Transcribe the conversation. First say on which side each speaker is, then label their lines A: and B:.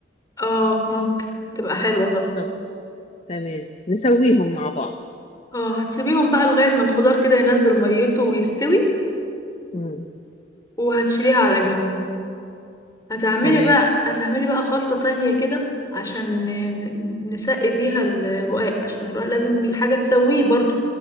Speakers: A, on the left (about 20°); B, on the left (about 35°).
A: اه ممكن تبقى حلوة طبعا
B: طب تمام نسويهم مع بعض
A: اه هتسيبيهم بقى لغاية ما الخضار كده ينزل ميته ويستوي
B: مم.
A: وهتشيليها على جنب هتعملي
B: تمام
A: بقى هتعملي بقى خلطة تانية كده عشان ن- نسقي بيها الرقاق عشان الرقاق لازم ي- حاجة تسويه برضو